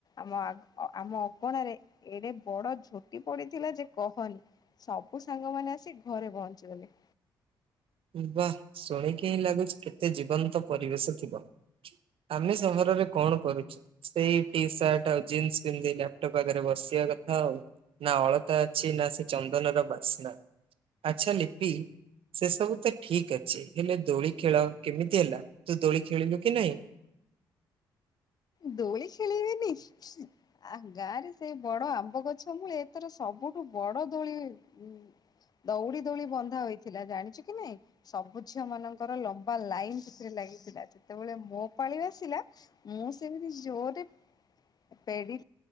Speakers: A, on the left; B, on the right.
A: ଆମ-ଆ-ଆମ ଅଗଣାରେ ଏଡେ ବଡ ଝୋଟି ପଡିଥିଲା ଯେ କହନି। ସବୁ ସାଙ୍ଗ ମାନେ ଆସି ଘରେ ପହଞ୍ଚିଗଲେ।
B: ବାଃ ଶୁଣିକି ହିଁ ଲାଗୁଚି କେତେ ଜୀବନ୍ତ ପରିବେଶ ଥିବ। ଆମେ ସହରରେ କଣ କରୁଚୁ ସେଇ ଟି ସାର୍ଟ ଆଉ ଜିନ୍ସ ପିନ୍ଧି ଲାପଟପ୍ ଆଗରେ ବସିବା କଥା ଆଉ। ନା ଅଳତା ଅଛି, ନା ସେ ଚନ୍ଦନର ବାସ୍ନା। ଆଚ୍ଛା ଲିପି ସେ ସବୁ ତ ଠିକ୍ ଅଛି ହେଲେ ଦୋଳି ଖେଳ କେମିତି ହେଲା ତୁ ଦୋଳି ଖେଳିଲୁ କି ନାହିଁ?
A: ଦୋଳି ଖେଳିବିନି। ଆ- ଗାଁ ରେ ସେଇ ବଡ ଆମ୍ବ ଗଛ ମୂଳେ ଏଥର ସବୁଠୁ ବଡ ଦୋଳି ହେଇ ଦଉଡି ଦୋଳି ବନ୍ଧା ହୋଇଥିଲା ଜାଣିଚୁ କି ନାଇଁ? ସବୁ ଝିଅ ମାନଙ୍କର ଲମ୍ବା ଲାଇନ୍ ସେଥିରେ ଲାଗିଥିଲା ଯେତେବେଳେ ମୋ ପାଳି ଆସିଲା ମୁଁ ସେମିତି ଜୋର୍ ରେ ପେଡ଼ି